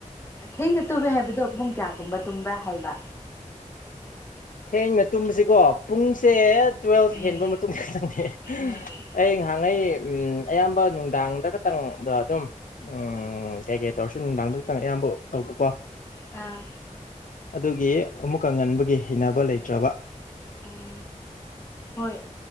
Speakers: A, on the left (about 20°); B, on the left (about 80°).
A: ꯊꯦꯡꯅ ꯇꯨꯝꯃꯦ ꯍꯥꯏꯕꯗꯣ ꯄꯨꯡ ꯀꯌꯥꯒꯨꯝꯕ ꯇꯨꯝꯕ꯭ꯔꯥ ꯍꯥꯏꯕ
B: ꯊꯦꯡꯅ ꯇꯨꯝꯕꯁꯤꯀꯣ ꯄꯨꯡꯁꯦ ꯇꯨꯋꯦꯜꯐ
A: ꯎꯝ
B: ꯍꯦꯟꯕ ꯃꯇꯨꯡ ꯈꯛꯇꯅꯦ
A: ꯎꯝ
B: ꯑꯩ ꯉꯥꯏꯍꯥꯛ ꯅꯍꯥꯟꯒꯩ ꯎꯝ ꯑꯌꯥꯝꯕ ꯅꯨꯡꯗꯥꯡꯗ ꯈꯛꯇꯪꯗ ꯑꯗꯨꯝ ꯎꯝ ꯀꯩ ꯀꯩ ꯇꯧꯔꯁꯨ ꯅꯨꯡꯗꯥꯡꯗꯛꯇꯪ ꯑꯌꯥꯝꯕ ꯇꯧꯕꯀꯣ
A: ꯑꯥ
B: ꯑꯗꯨꯒꯤ ꯑꯃꯨꯛꯀ ꯉꯟꯕꯒꯤ ꯍꯩꯅꯕ ꯂꯩꯇ꯭ꯔꯕ
A: ꯎꯝ ꯍꯣꯏ